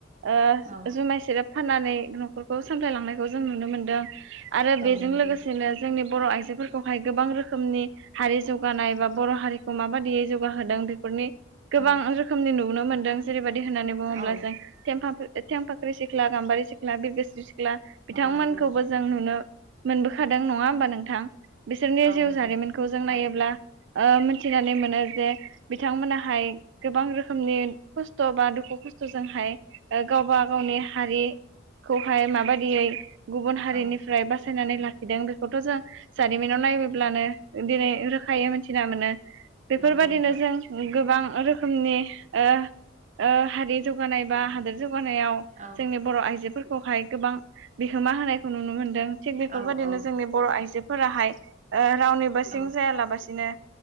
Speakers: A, on the right; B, on the right.
A: ओ
B: औ
A: जुमाय सेरेब फाननानै न'खरखौ सामलायलांनायखौ जों नुनो मोनदों। आरो बेजों
B: औ नंगौ
A: लोगोसेनो जोंनि बर' आइजोफोरखौहाय गोबां रोखो रोखोमनि हारि जौगानाय बा बर' हारिखौ माबायदियै जौगाहोदों बेफोरनि गोबां
B: औ
A: रोखोमनि नुनो मोन दों जेरैबायदि होननानै बुङोब्ला
B: औ
A: जों थें फाख्रि थेंफाख्रि सिख्ला गामबारि सिख्ला बिरगोस्रि सि ख्ला बिथांमोनखौबो
B: औ नंगौ नोंथां
A: जों नुनो मोनबोखादों नङा होमबा नोंथां। बिसोरनि
B: औ
A: जिउ
B: नंगौ
A: जारिमिनखौ जों नायो ब्ला ओ मोनथिनानै मोनो जे बिथांमोनाहाय गोबां रोखोमनि खस्थ' बा दुखु दुखु खस्थ'जोंहाय गावबा गावनि हारिखौहाय माबायदियै गुबुन हारिनिफ्राय
B: औ
A: बा सायनानै लाखिदों बेखौथ' जों जारिमिनाव नायोब्लानो दिनै रोखायै मोनथिना मोनो। बेफोरबायदिनो
B: नंगौ नोंथां
A: जों गोबां। रोखोमनि ओ ओ हारि जौगानाय बा हादोर जौ गानायाव
B: औ
A: जोंनि बर' आइजो। फोरखौहाय गोबां बिहोमा होनायखौ नुनो मोनो। दों थिग बेफोरबायदिनो
B: औ औ
A: जोंनि बर'आइजोफोराहाय। ओ रावनिबो सिं
B: औ
A: जायालाबासिनो